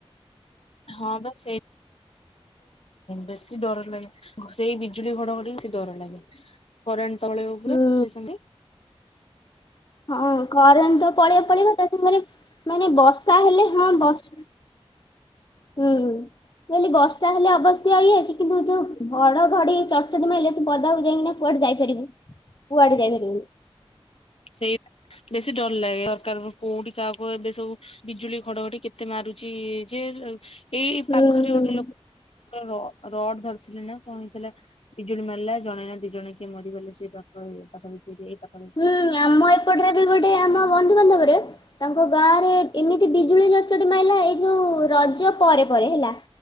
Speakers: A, on the left (about 70°); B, on the left (about 45°).
A: ହଁ ବା ସେଇ ବେଶି ଡର ଲାଗେ ସେଇ ବିଜୁଳି ଘଡଘଟିକି ସେ ଡର ଲାଗେ କରେଣ୍ଟ ସେତେବେଳେ ପୁରା
B: ହୁଁ
A: ସେଇ
B: ହଁ କରେଣ୍ଟ ତ ପଳେଇବ ପଳେଇବ ତା ସାଙ୍ଗରେ ମାନେ ବର୍ଷା ହେଲେ ହଁ ବର୍ଷ
A: <unintelligible>
B: ହୁଁ ହୁ କହିଲି ବର୍ଷା ହେଲେ ଅବ ସେଇ ହେଇଛି କିନ୍ତୁ ଛୁ ଘଡ ଘଡି ଚଡଚଡି ମାଇଲେ ତୁ ପଦାକୁ ଯାଇକି ନା କୁଆଡେ ଯାଇପାରିବୁ କୁଆଡେ ଯାଇପାରିବୁନୁ।
A: ସେଇ ବେଶି ଡର ଲାଗେ ଦରକାର କୋଉଠି କାହାକୁ ଏବେ ସବୁ ବିଜୁଳି ଖଡଘଡି କେତେ ମାରୁଛି ଯେ ଏଇ
B: ହୁଁ
A: ପାଖରେ
B: ହୁଁ।
A: ଗୋଟେ ଲୋକଙ୍କର ର ରଡ ଧରିଥିଲେ ନା କଣ ହେଇଥିଲା ବିଜୁଳି ମାରିଲା ଜଣେ ନା ଦି ଜଣେ କିଏ ମରିଗଲେ ସେ ପାଖ ପାଖି ସେଇ କଥା।
B: ହୁଁ ଆମ ଏପଟରେ ବି ଗୋଟେ ଆମ ବନ୍ଧୁବାନ୍ଧବରେ ତାଙ୍କ ଗାଁ ରେ ଏମିତି ବିଜୁଳି ଚଡ଼ଚଡି ମାଇଲା ଏଇ ଯୋଉ ରଜ ପରେ ପରେ ହେଲା।